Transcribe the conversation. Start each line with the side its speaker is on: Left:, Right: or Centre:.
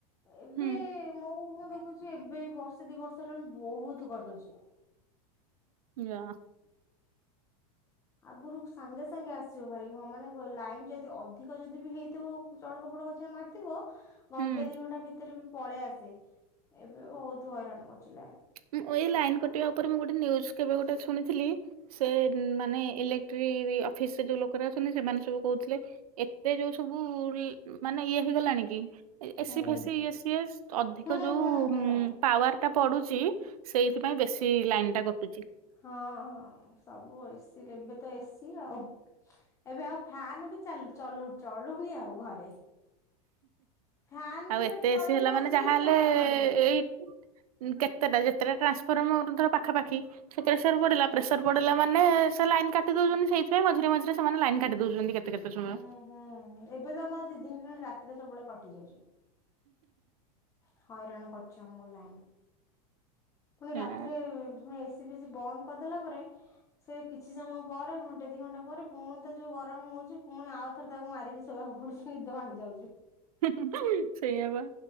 Left: ଏବେ
Right: ହୁଁ
Left: ଆଉ ମୁଁ ଦେଖୁଚି ଏବେ ବର୍ଷେ ଦି ବର୍ଷ ହେଲାଣି ବହୁତ କଟୁଚି।
Right: ଇ ଆ।
Left: ଆଗରୁ ସାଙ୍ଗେ ସାଙ୍ଗେ ଆସିବ ଭାରି ହଁ ମାନେ ଲାଇନ୍ ଯଦି ଅଧିକ ଯଦି ବି ହେଇଥିବ। ଚଡକ ପଡକ ଯାହା ମାରିଥିବା। ଘଣ୍ଟେ
Right: ହୁଁ
Left: ଦି ଘଣ୍ଟା ଭିତରେ ବି ପଳେଇ ଆସେ ଏବେ ବହୁତୁ ହଇରାଣ କରୁଛି ଲାଇନ୍।
Right: ମୁଁ ଏଇ ଲାଇନ କଟିବା ଉପରେ ମୁଁ ଗୋଟେ ନିଉଜ୍ କେବେ ଗୋଟେ ଶୁଣିଥିଲି ସେ ମାନେ ଇଲେ ଅଫିସରେ ଯୋଉ ଲୋକରା ଅଛନ୍ତି ସେମାନେ ସବୁ କହୁଥିଲେ ଏତେ ଯୋଉ ସବୁ। ମାନେ ଇଏ ହେଇଗଲାଣି କି ଏସିି
Left: ହୁଁ ହୁଁ
Right: ଫେସି ଇଏ ସିଏ ଅଧିକ ଯୋଉ
Left: ହୁଁ ହୁଁ।
Right: ପାୱାର। ଟା ପଡୁଛି ସେଇଥିପାଇଁ ବେଶୀ ଲାଇନି ଟା କଟୁଚି।
Left: ହଁ ହଁ ସବୁ ଏସି ଏବେ ତ ଏସି ଆଉ। ଏବେ ଆଉ ଫ୍ୟାନ ବି ଚା ଚାଲୁ ଚଳୁନି ଆଉ ଘରେ। ଫ୍ୟାନରେ
Right: ଆଉ ଏତେ ଏସି
Left: ତଳେ
Right: ହେଲା
Left: ବି ବସିଲେ
Right: ମାନେ ଯାହାହେଲେ
Left: ସେ ଝାଳ ମାଡି ଯାଉଚି।
Right: ଏଇ କେତେଟା ଯେତେଟା ଟ୍ରାନ୍ସଫର୍ମର ରହୁଚି ଧର ପାଖାପାଖି। ସେ ପ୍ରେସର ପଡିଲା ପ୍ରେସର ପଡିଲା ମାନେ ସେ ଲାଇନ କାଟି ଦେଉଚନ୍ତି ସେଇଥିାଇଁ ମଝିରେ ମଝିରେ ସେମାନେ ଲାଇନ୍ କାଟି ଦଉଛନ୍ତି କେତେ। କେତ କେତେ ସମୟ?
Left: ହୁଁ ହୁଁ ଏବେ ତ ଆମର ଦି ଦିନ ହେଲାଣି ରାତିରେ ସବୁବେଳେ କଟି ଯାଉଛି। ହଇରାଣ କରୁଛି ଆମକୁ ଲାଇନ। ପୁଣି
Right: ହଁ
Left: ରାତିରେ ପୁଣି ଏସି ଫେସି ବନ୍ଦ କରିଦେଲା ପରେ ସେ କିଛି ସମୟ ପରେ ଘଣ୍ଟେ ଦି ଘଣ୍ଟା ପରେ ପୁଣି ତ ଯୋଉ ଗରମ ହଉଛି ପୁଣି ଆଉଥରେ ତାକୁ ମାରିକି ଶୋଇବାକୁ ପଡୁଛି ନିଦ ଭାଙ୍ଗି ଯାଉଛି।
Right: ହୁ ହୁ ସେଇଆ ପା।